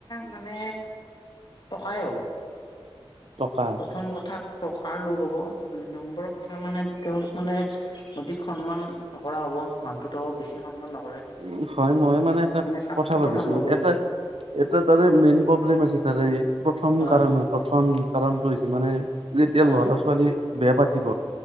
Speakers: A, on the left; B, on the right.
A: মানে টকাই হ'ব।
B: টকা
A: প্ৰথম কথাত টকাৰ লোভ হ'ব দুই নম্বৰৰ কথা মানে তেওঁলোক মানে অধিক সন্মান নকৰা হ'ব মাক দুতাকও বেছি সন্মান নহ,
B: উ হয় মই মানে এটা
A: স্বাৰ্থপৰ
B: কথা ভাবিছো
A: মানুহ হ'ব লাগিব
B: এটা এটা তাৰে মেইন প্ৰব্লেম আছে তাৰে প্ৰথম
A: হয়
B: কাৰণ প্ৰথম কাৰণটো হৈছে মানে যেতিয়া
A: হয়
B: ল'ৰা ছোৱালী বেয়া পাতিব,